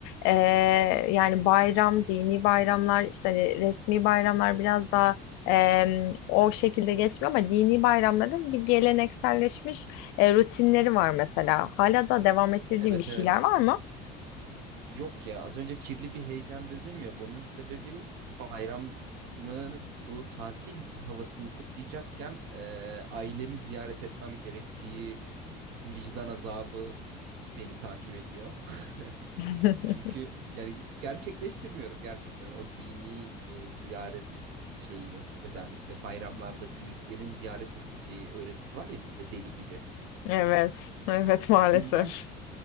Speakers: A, on the left; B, on the right.
A: e, yani bayram, dini bayramlar işte hani resmi bayramlar biraz daha e, o şekilde geçmiyor ama dini bayramların bir gelenekselleşmiş e, rutinleri var mesela. Hala da devam ettirdiğin
B: evet
A: bir şeyler
B: evet
A: var mı?
B: Yok ya az önce kirli bir heyecan dedim ya bunun sebebi bayramın bu tatil havasını kutlayacakken e, ailemi ziyaret etmem gerektiği vicdan azabı beni takip ediyor.
A: <laughs>
B: <laughs> Çünkü yani gerçekleştirmiyorum gerçekten o dini e, ziyaret şeyini özellikle bayramlarda büyüklerin ziyaret edileceği öğretisi var ya bizde deli gibi.
A: Evet, evet maalesef.
B: Bundan